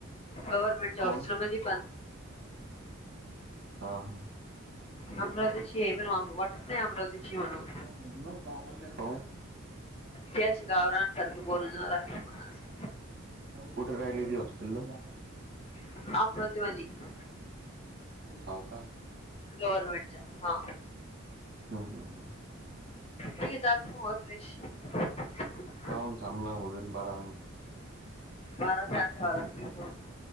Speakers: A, on the left; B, on the right.
A: गवर म्हणजे
B: कोण
A: हॉस्टेल मध्ये
B: हा हा
A: अमरावतीची आहे. पण वाटत नाही आमरावतीची म्हणून.
B: <unintelligible>
A: ती अशी गावरानसारखी बोलण आहे. म्हणून असं.
B: कुठे राहिली होती हॉस्टेलला.
A: <unintelligible>
B: होव का.
A: गव्हर्नमेंटच्या हा
B: हम्म हम्म
A: <unintelligible>
B: काऊन थांबना होऊ देना बारा मिनिट.
A: बाराच्या आत ठेवा लागते. फोन